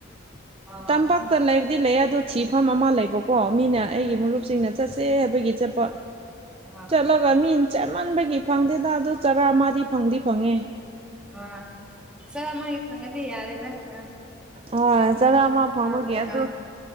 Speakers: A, in the centre; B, on the right.
A: ꯑꯁ ꯑꯥ
B: ꯇꯝꯄꯥꯛꯇ ꯂꯩ ꯗꯤ ꯂꯩꯗꯣ ꯊꯤꯐꯝ ꯑꯃ ꯂꯩꯕꯀꯣ ꯃꯤꯅ ꯑꯩꯒꯤ ꯃꯔꯨꯞꯁꯤꯡꯅ ꯆꯠꯁꯦ ꯍꯥꯏꯕꯒꯤ ꯆꯠꯄ
A: ꯑꯥ
B: ꯆꯂꯒ ꯃꯤ ꯆꯦꯃꯟꯕꯒꯤ ꯐꯪꯗꯦꯗ ꯑꯗꯨ ꯆꯔꯥ ꯃꯥꯗꯤ ꯐꯪꯗꯤ ꯐꯪꯉꯦ
A: ꯑꯥ ꯆꯔ ꯃꯥꯒꯤ ꯐꯪꯉꯗꯤꯦ ꯌꯥꯔꯦꯗ ꯑ
B: ꯍꯣꯏ ꯆꯔꯥ ꯑꯃ
A: ꯆꯥꯕꯗꯤ
B: ꯐꯪꯕꯒꯤꯦ ꯑꯗꯨ
A: ꯑꯥ